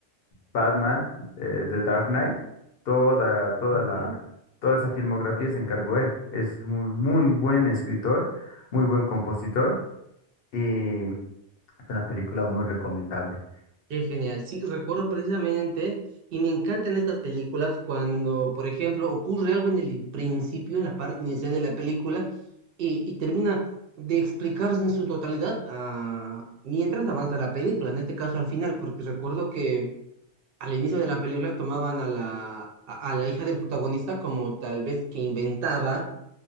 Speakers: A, on the left; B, on the right.
A: Batman, eh, The Dark Knight. Toda, toda
B: Ujú.
A: la, toda esa filmografía se encargó él. Es muy, muy buen escritor, muy buen compositor y es una película muy recomendable.
B: Qué genial. Sí, recuerdo precisamente, y me encantan estas películas cuando, por ejemplo, ocurre algo en el principio, en la parte inicial de la película, y, y termina de explicarse en su totalidad ah, mientras avanza la película, en este caso al final, porque recuerdo que al inicio de la película tomaban a la, a, a la hija del protagonista como tal vez que inventaba